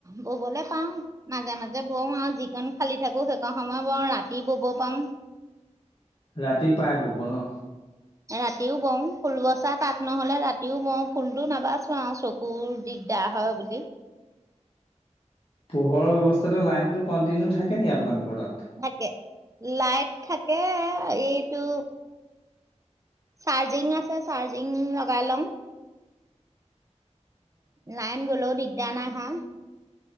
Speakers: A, on the right; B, on the left.
A: ববলৈ পাও মাজে মাজে বওঁ আৰু যিকন খালী থাকো সেইকণ সময় বওঁ ৰাতি দিবব পাম
B: ৰাতি পাই বব ন
A: ৰাতিও বওঁ ফুল বচা তাত নহলে ৰাতিও বওঁ ফুলতো নাবাচো আৰু চকুৰ দিগ দাৰ হয় বুলি
B: পোহৰৰ ব্যৱস্থাটো লাইনতো কণ্টিনিউ থাকে নি আপোনালোকৰ তাত
A: থাকে লাইট থাকে এইটো চাৰ্জিং আছে চাৰ্জিং লগাই ল'ম লাইন গলেও দিগদাৰ নাই হা